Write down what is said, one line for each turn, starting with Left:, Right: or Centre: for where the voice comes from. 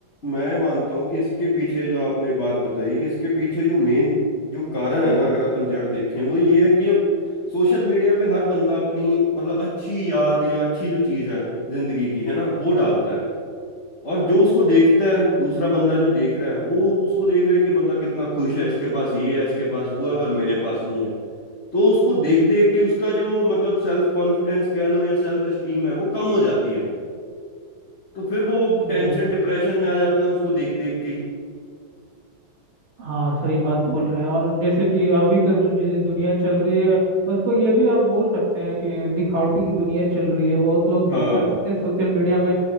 Left: मैं मानता हूँ कि इसके पीछे जो आपने बात बताई कि इसके पीछे जो मेन जो कारण है ना अगर अपन जड़ देखें वो ये है कि अब सोशल मीडिया पे हर बंदा अपनी मतलब अच्छी याद या अच्छी जो चीज है जिंदगी की है ना वो डालता है और जो उसको देखता है दूसरा बंदा जो देख रहा है वो उसको देख रहा है कि ये बंदा कितना खुश है इसके पास ये है इसके पास वो है पर मेरे पास नहीं है तो उसको देख देख के उसका जो मतलब सेल्फ कॉन्फिडेंस कह लो या सेल्फ एस्टीम है वो कम हो जाती है तो फिर वो
Right: जी
Left: टेंशन डिप्रेशन में आ जाते हैं उसको देख देख के ही
Right: हाँ सही बात बोल रहे हैं और जैसे कि अभी का जो जी- दुनिया चल रही है उसको ये भी आप बोल सकते हैं कि दिखावटी की दुनिया चल रही है बहुत लोग
Left: हाँ
Right: क्या करते हैं सोशल मीडिया में